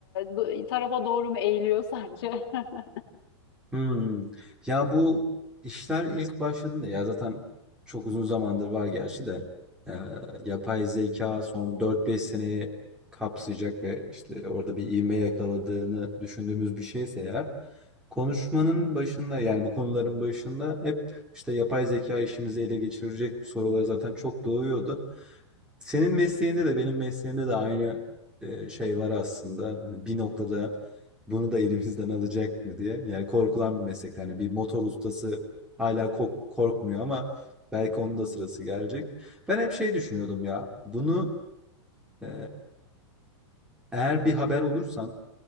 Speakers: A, on the left (about 50°); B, in the centre.
A: do- tarafa doğru mu eğiliyor sence? <laughs>
B: Hımm. Ya, bu işler ilk başladığında ya, zaten çok uzun zamandır var gerçi de, eee, yapay zeka son dört beş seneyi kapsayacak ve, işte, orada bir ivme yakaladığını düşündüğümüz bir şeyse eğer, konuşmanın başında, yani, bu konuların başında hep, işte, yapay zeka işimizi ele geçirecek sorular zaten çok doğuyordu. Senin mesleğinde de benim mesleğimde de aynı e, şey var aslında. Hani bir noktada bunu da elimizden alacak mı diye. Yani korkulan bir meslek. Yani bir motor ustası hala kork- korkmuyor ama belki onun da sırası gelecek. Ben hep şey düşünüyordum ya. Bunu e, eğer bir haber olursan,